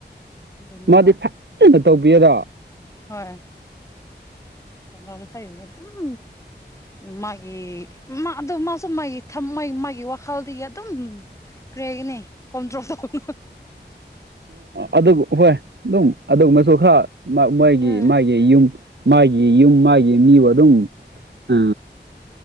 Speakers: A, on the left (about 15°); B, on the right (about 70°).
A: ꯑꯗꯨꯅꯦꯕ꯫
B: ꯃꯥꯗꯤ ꯐꯖꯅ ꯇꯧꯕꯤꯑꯦꯕ꯫
A: ꯍꯣꯏ ꯊꯃꯝ ꯈꯥꯏ ꯗꯨꯝ꯫ ꯃꯥꯒꯤ ꯃꯥ ꯑꯗꯨ ꯃꯥꯁꯨ ꯃꯥꯒꯤ ꯃꯥ ꯃꯥꯒꯤ ꯋꯥꯈꯜꯗꯤ ꯑꯗꯨꯝ꯫ ꯀ꯭ꯔꯦꯒꯅꯤ ꯀꯣꯝꯗ꯭ꯔꯣꯝ ꯫
B: ꯑꯗꯨ ꯍꯣꯏ ꯑꯗꯨꯝ ꯑꯗꯨ ꯃꯁꯨ ꯃꯣꯏꯒꯤ
A: ꯎꯝ
B: ꯃꯥꯒꯤ ꯌꯨꯝ꯫ ꯃꯥꯒꯤ ꯌꯨꯝ ꯃꯥꯒꯤ ꯃꯤꯕꯨ ꯑꯗꯨꯝ ꯑ꯫